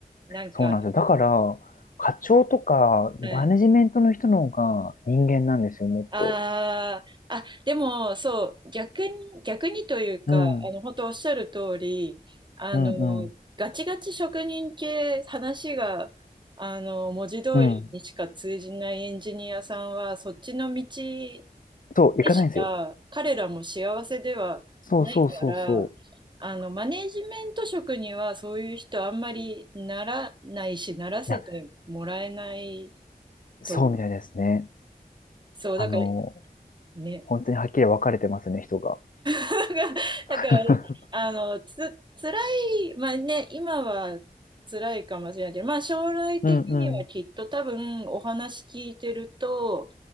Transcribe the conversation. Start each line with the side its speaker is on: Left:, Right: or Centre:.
Right: なんか、
Left: そうなんですよ。だから、課長とか、マネジメントの人の方が人間なんですよ、
Right: はい
Left: もっと。
Right: ああ、あ、でも、そう、逆に、逆にというか、
Left: うん。
Right: あの、本当おっしゃる通り、あの、
Left: うん、うん。
Right: ガチガチ職人系、話が、あの、文字通りにしか通じないエンジニアさんは、
Left: うん。
Right: そっちの道で
Left: そう、行かないんですよ。
Right: しか、彼らも幸せではないから、
Left: そうそうそうそう。
Right: あの、マネジメント職には、そういう人あんまりならないし、ならせてもらえない
Left: いや、そうみたいですね。
Right: と、そう、
Left: あの、
Right: だから、ね、
Left: 本当にはっきり分かれてますね、人が。
Right: <laughs> だから、
Left: <laughs>
Right: あの、つ、辛い、まあね、今は辛いかもしれないけど、まあ将来的にはきっと多分お話聞いてると、
Left: うんうん。